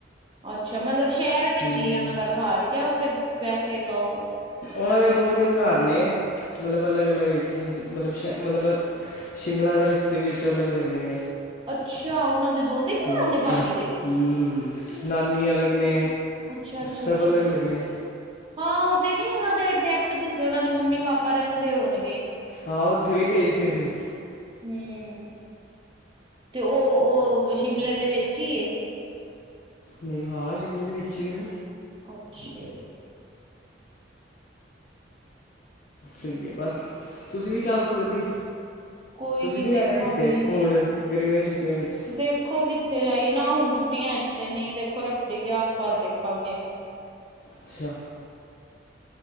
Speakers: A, on the right; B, on the left.
A: ਅੱਛਾ ਮਤਲਬ ਸ਼ਹਿਰ ਵਿੱਚ
B: ਹਮ
A: ਈ ਐ ਉਹਨਾਂ ਦਾ ਘਰ ਕਿਉ ਫਿਰ ਵੈਸੇ ਗਾਓ ਵਗੈਰਾ।
B: ਉਨਾਂ ਦੇ ਦੋ- ਤਿੰਨ ਘਰ ਨੇ, ਮਤਲਬ ਅਲੱਗ-ਅਲੱਗ ਇੱਛੇ। ਮਤਲਬ ਸ਼ ਮਤਲਬ ਸ਼ਿਮਲਾ ਦੇ ਰਸਤੇ ਵਿੱਚ ਅਲੱਗ-ਅਲੱਗ ਨੇ।
A: ਅੱਛਾ ਉਹਨਾਂ ਦੇ ਦੋ ਤਿੰਨ
B: ਹੂੰ-ਹੂੰ
A: ਘਰ ਨੇ ਭਾਬੀ ਦੇ
B: ਨਾਨੀ ਅਲੱਗ ਨੇ।
A: ਅੱਛਾ-ਅੱਛਾ-ਅੱਛਾ
B: ਸਭ ਅਲੱਗ ਅਲੱਗ ਨੇ
A: ਹਾਂ ਓ ਤੇ ਨੀ ਉਹਨਾਂ ਦਾ ਐਗਜੈਕਟ ਜਿੱਥੇ ਉਹਨਾਂ ਦੀ ਮੰਮੀ ਪਾਪਾ ਰੈਂਦੇ ਹੋਣਗੇ।
B: ਹਾਂ ਉੱਥੇ ਵੀ ਗਏ ਸੀ ਅਸੀਂ
A: ਹੂੰ ਤੇ ਓ-ਓ ਸ਼ਿਮਲੇ ਦੇ ਵਿੱਚ ਈ ਏ।
B: ਨਈ ਹਾਂ ਸ਼ਿਮਲੇ ਦੇ ਵਿੱਚ ਈ ਆ।
A: ਅੱਛਾ
B: ਸਈ ਹੈ ਬਸ ਤੁਸੀਂ ਵੀ ਚੱਲ ਲਓ ਕਦੀ
A: ਕੋਈ
B: ਤੁਸੀਂ
A: ਨੀ
B: ਨਈ ਜਾਣਾ
A: ਦੇਖਾਂਗੇ
B: ਕਿੱਥੇ ਹੁਣ ਗਰਮੀਆਂ ਛੁੱਟੀਆਂ ਵਿੱਚ
A: ਦੇਖੋ ਕਿ ਕਿੱਥੇ ਜਾਈਏ ਨਾ ਹੁਣ ਛੁੱਟੀਆਂ ਜ ਤੇ ਨੀ ਦੇਖੋ ਰੱਖੜੀ ਦੇ ਆਸ ਪਾਸ ਦੇਖਾਂਗੇ।
B: ਅੱਛਾ